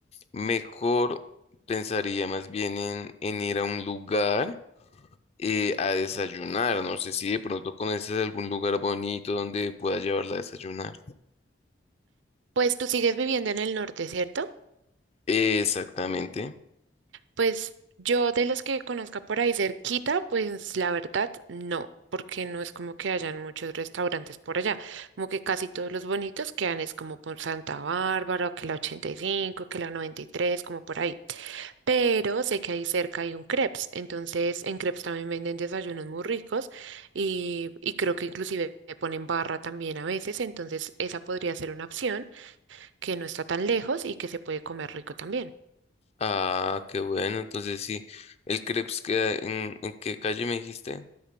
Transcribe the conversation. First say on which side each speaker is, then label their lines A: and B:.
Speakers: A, on the left; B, on the right.
A: mejor pensaría más bien en en ir a un lugar eh, a desayunar. No sé si de pronto conoces algún lugar bonito donde pueda llevarla a desayunar.
B: Pues tú sigues viviendo en el norte, ¿cierto?
A: Eh, Exactamente.
B: Pues yo de los que conozca por ahí cerquita, pues la verdad no, porque no es como que hayan muchos restaurantes por allá, como que casi todos los bonitos quedan es como por Santa Bárbara, que la 85, que la 93, como por ahí. Pero sé que ahí cerca hay un crepes, entonces en crepes también venden desayunos muy ricos y, y creo que inclusive le ponen barra también a veces, entonces esa podría ser una opción que no está tan lejos y que se puede comer rico también.
A: Ah, qué bueno. Entonces sí, el crepes queda en, ¿en qué calle me dijiste?